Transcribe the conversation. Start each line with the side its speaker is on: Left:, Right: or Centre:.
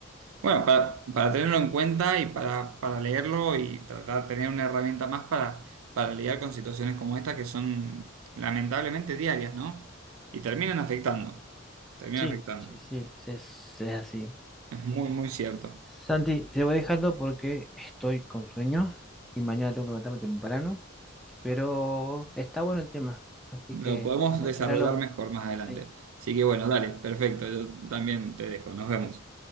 Right: bueno, para, para tenerlo en cuenta y para, para leerlo y tratar de tener una herramienta más para, para lidiar con situaciones como esta que son lamentablemente diarias, ¿no? Y terminan afectando, terminan
Centre: sí,
Right: afectando,
Centre: sí, sí, es, es así.
Right: es muy, muy cierto.
Centre: Santi, te voy dejando porque estoy con sueño y mañana tengo que levantarme temprano, pero está bueno el tema, así
Right: Lo
Centre: que
Right: podemos
Centre: cuando
Right: desarrollar
Centre: quiera lo...
Right: mejor más adelante.
Centre: sí.
Right: Así que bueno, dale, perfecto. Yo también te dejo. Nos vemos.